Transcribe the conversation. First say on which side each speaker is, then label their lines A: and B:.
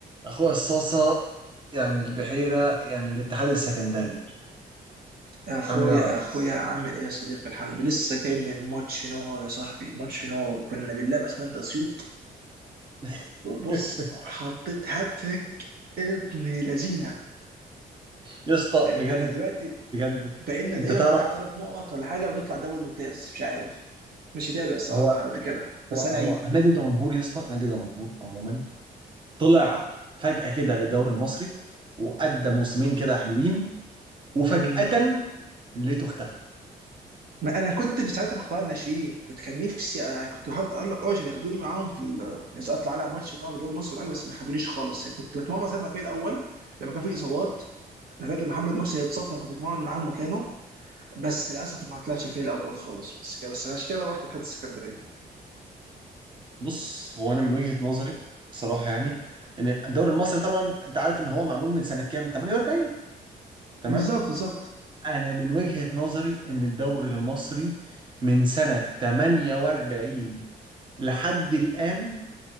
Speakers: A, on the right; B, on the right.
A: اخويا الصاصة يعني البحيرة يعني الاتحاد السكندري
B: اخويا
A: عامل ايه يا ريس
B: اخويا عامل ايه يا صديقي الحمد لله، لسه جاي من ماتش نار يا صاحبي ماتش نار كنا بنلعب اسمنت اسيوط
A: <laughs>
B: وبص حطيت هاتريك ابن لذينه
A: يا اسطى
B: إيه،
A: بجد
B: احنا دلوقتي
A: بجد
B: بقينا
A: انت
B: تقريبا
A: تعرف
B: بتاع ثلاث نقط ولا حاجه ونطلع الدوري الممتاز مش عارف مش متابع الصراحه
A: هو
B: قد كده بس
A: هو هو
B: انا عيب
A: نادي دمنهور يا اسطى نادي دمنهور عموما طلع فجأة كده للدوري المصري وأدى موسمين كده حلوين وفجأة
B: امم
A: لقيته اختفى
B: ما انا كنت في ساعتها في قطاع الناشئين كنت كان نفسي انا كنت بحاول اتالق قوي عشان ياخدوني معاهم في ال- عايز اطلع على ماتش معاهم في دوري مصر ولا حاجه بس ما خدونيش خالص يعني كنت بتمرن ساعه ما في الاول لما كان في اصابات انا فاكر محمد محسن اتصاب فانا كنت بتمرن معاهم مكانه بس للاسف ما طلعش في الاول خالص بس كده بس عشان كده بقى رحت اتحاد السكندري
A: بص هو انا من وجهة نظري بصراحة يعني ان الدوري المصري طبعا انت عارف ان هو معمول من سنة كام 48 تمام
B: بالظبط بالظبط
A: انا من وجهة نظري ان الدوري المصري من سنة 48 لحد الان